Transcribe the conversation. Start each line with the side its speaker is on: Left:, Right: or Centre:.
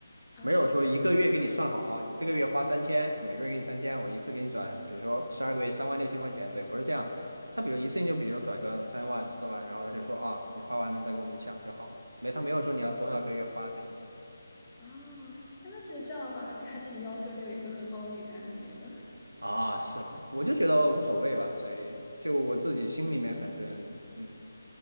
Left: 啊
Right: 没有说一个月给你算好啊，你这个月花三千，每个月给你三千，我一次给你转，比如说十二个月三万六千块钱，对，不是这样的他比如一次性就比如转个三万四万，然后他就说啊，你花完了再跟我们讲就好了，没他没有说你要多少个月花这种。
Left: 啊，那那其实这样的话还还挺要求你有一个很好的理财能力的。<laughs>
Right: 啊，是的，我就觉得无所谓吧，所以就我自己心里面，反正嗯，